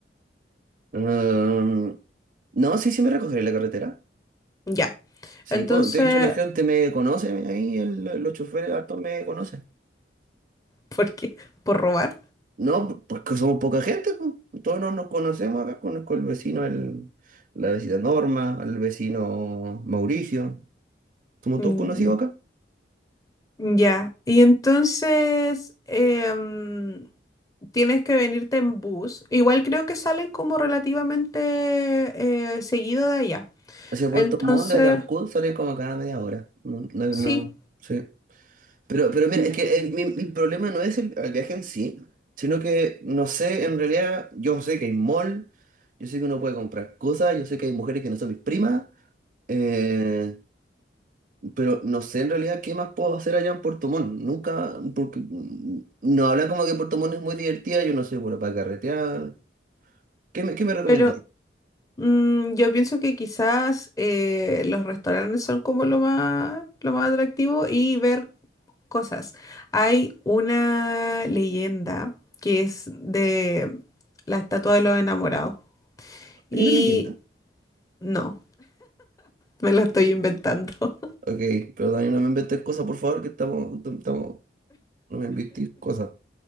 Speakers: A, on the right; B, on the left.
A: Mm, No, sí, sí me recogeré en la carretera.
B: Ya.
A: Sí,
B: Entonces,
A: pues, de hecho la gente me conoce, ahí el- los choferes hartos me conocen.
B: <laughs> ¿por qué? ¿Por robar?
A: No, pues que somos poca gente, pues. Todos nos, nos conocemos acá, conozco el vecino, el, la vecina Norma, el vecino Mauricio. Somos
B: Mm,
A: todos conocidos acá.
B: Ya. Y entonces em, tienes que venirte en bus. Igual creo que salen como relativamente eh, seguido de allá.
A: Hacia Puerto
B: Entonces,
A: Montt, de Tancud, salen como cada media hora. No, no,
B: sí,
A: no, sí. Pero, pero mira, es que el, mi- el problema no es el, el viaje en sí, sino que no sé, en realidad, yo sé que hay mall, yo sé que uno puede comprar cosas, yo sé que hay mujeres que no son mis primas, eh, pero no sé en realidad qué más puedo hacer allá en Puerto Montt. Nunca, porque mm, no hablan como que Puerto Montt es muy divertida, yo no soy bueno para carretear. ¿Qué me, qué me recomendáis?
B: pero Mm, yo pienso que quizás eh, los restaurantes son como lo más, lo más atractivo y ver cosas. Hay una leyenda que es de la estatua de los enamorados y
A: Hay una leyenda.
B: no, me la estoy inventando. <laughs>
A: Ok, pero Dani, no me inventes cosas, por favor, que estamos, estamos, no me inventéis cosas.